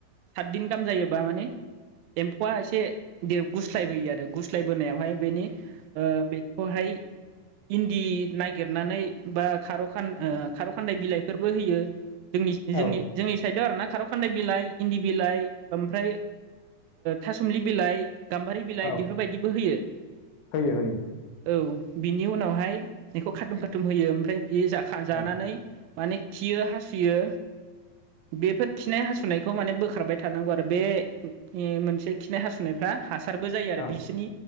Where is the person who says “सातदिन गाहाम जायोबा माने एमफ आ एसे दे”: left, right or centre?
Right